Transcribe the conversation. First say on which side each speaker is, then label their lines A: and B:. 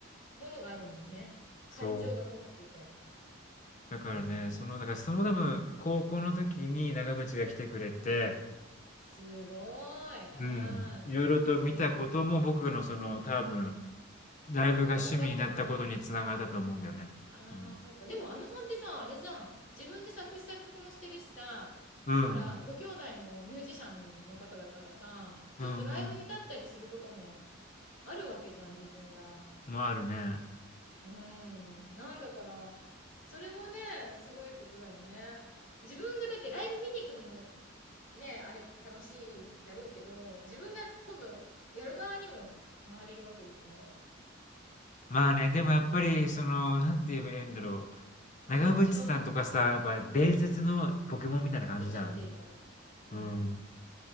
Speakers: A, on the left; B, on the left.
A: ものがあるもんね。
B: そう。
A: 感情がこもってて。
B: だからね、
A: へえ、
B: その、だからその多分、高校の時に長渕が来てくれて、
A: すごい。うん。
B: うん。いろいろと見たことも僕のその多分、
A: それを、
B: ライブが趣味になったことにつながったと思うんだよね。
A: あ、音楽の、ああ、
B: うん。
A: そうか。でもあのさんってさ、あれじゃん。自分で作詞作曲もしてるしさ、
B: うん。
A: ほら、ご兄弟もミュージシャンの方だからさ、ちょっとライブに立ったりすることも、
B: うんうん。
A: あるわけじゃん自分が
B: もあるね。
A: うんなんだからそれもねすごいことだよね自分がだってライブ見に行くのもねあれ楽しいだろうけど自分が今度やる側にも回れるわけでしょ
B: まあね、でもやっぱり、その、なんて言えばいいんだろう。
A: あんまり違うもの
B: 長渕さんとかさ、やっぱ伝説のポケモンみたいな感じじゃん。
A: 見ちゃってるからうん
B: うん。